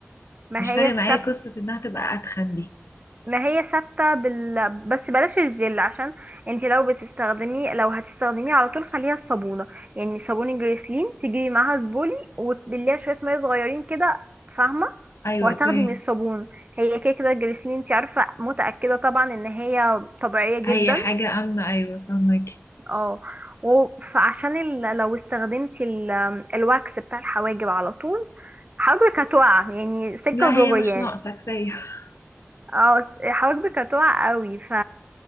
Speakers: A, on the right; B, on the left.
A: ما
B: مش
A: هي
B: فارق
A: الثبت
B: معايا قصة انها تبقى اتخن دي
A: ما هي ثابتة بال... بس بلاش الجل عشان انت لو بتستخدميه لو هتستخدميه على طول خليها الصابونة يعني صابون جريسلين تجيبي معاها زبولي وتبليها شوية مية صغيرين كده فاهمة
B: ايوه
A: وهتاخدي
B: اوكي
A: من الصابون هي كده كده الجريسلين انت عارفة متأكدة طبعا ان هي طبيعية جدا
B: هي حاجة امنة ايوه فاهمك
A: اه وعشان ال... لو استخدمتي ال... الواكس بتاع الحواجب على طول حواجبك هتقع يعني سكة
B: لا
A: ودغري
B: هي مش
A: يعني
B: ناقصة كفاية <laughs>
A: اه س- حواجبك هتقع قوي ف